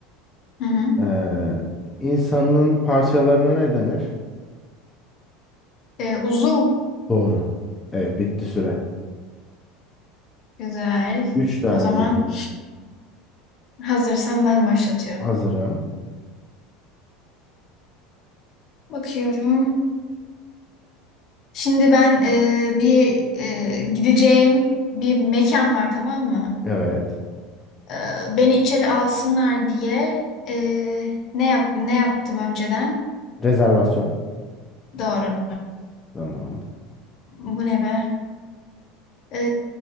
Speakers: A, on the left; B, on the left.
A: Hı hı.
B: Ee, insanın parçalarına ne denir?
A: Ee, uzuv.
B: Doğru. Evet bitti süre.
A: Güzel.
B: Üç tane
A: O zaman
B: bildin.
A: hazırsan ben başlatıyorum.
B: Hazırım.
A: Bakıyorum. Şimdi ben e, bir e, gideceğim bir mekan var tamam mı?
B: Evet.
A: Ee, beni içeri alsınlar diye e, ne yap ne yaptım önceden?
B: Rezervasyon.
A: Doğru.
B: Tamam.
A: Bu ne be? Ee,